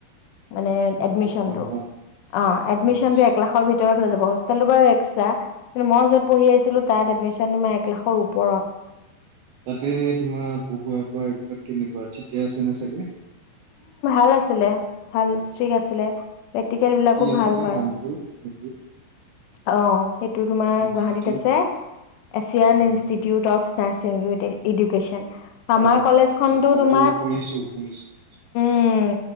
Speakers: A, on the left (about 80°); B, on the right (about 85°).
A: মানে
B: এক
A: এডমিচনটো,
B: লাখ মান ন?
A: অ', এডমিচনটো
B: আচ্ছা
A: একলাখৰ ভিতৰত <unintelligible> হোষ্টেলটো বাৰো একছ <unintelligible> কিন্তু, মই য'ত পঢ়ি আছিলো তাত এডমিচন তোমাৰ একলাখৰ ওপৰত।
B: তাতে এনে তোমাৰ, পহুৱা খোৱা এইবিলাক কেনেকুৱা? ঠিকে আছেনে চাগে?
A: <unintelligible> আছিলে, ভাল স্ত্ৰীক আছিলে। প্ৰেক্টিকেল বিলাকো
B: কি আছিলে
A: ভাল হয়।
B: নামটো হেৰি
A: অ', সেইটো তোমাৰ
B: ইনষ্টিটিউট?
A: গুৱাহাটীত আছে, Asian
B: um
A: institute of nursing education.
B: অ
A: আমাৰ কলেজ
B: আচ্ছা
A: খনতো
B: আচ্ছা এইটো
A: তোমাৰ
B: শুনিছো শুনিছো শুনিছো
A: উম,